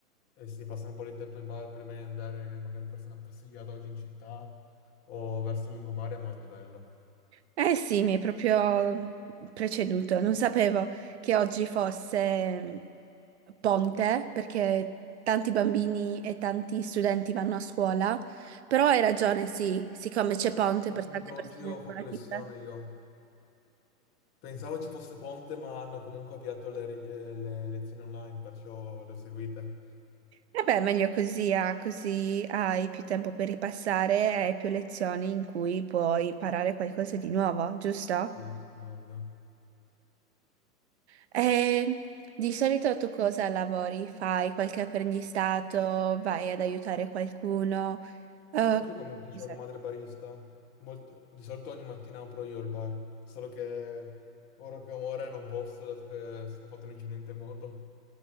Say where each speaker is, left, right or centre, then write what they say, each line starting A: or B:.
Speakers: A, on the left; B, on the right.
A: e si passano un po' di tempo in bar prima di andare magari a farsi una passeggiata oggi in città o verso il lungomare, è molto bello.
B: Eh sì, mi hai proprio preceduto. Non sapevo che oggi fosse mm, ponte perché tanti bambini e tanti studenti vanno a scuola, però hai ragione, sì, siccome c'è ponte
A: Appunto,
B: per tante
A: oggi
B: persone
A: ho fatto
B: lavorative.
A: lezione io. Pensavo ci fosse Ponte, ma hanno comunque avviato le, ri- eh, le lezioni online, perciò l'ho seguita.
B: Vabbè, meglio così, ah, così hai più tempo per ripassare e più lezioni in cui puoi imparare qualcosa di nuovo, giusto?
A: Sì, sì, ovvio.
B: E di solito tu cosa lavori? Fai qualche apprendistato? Vai ad aiutare qualcuno? Eh,
A: Anche io, come dicevo,
B: mi sa-
A: la madre barista. Molti- Di solito ogni mattina apro io il bar, solo che ora che muore non posso, dato che s- ho fatto un incidente in moto.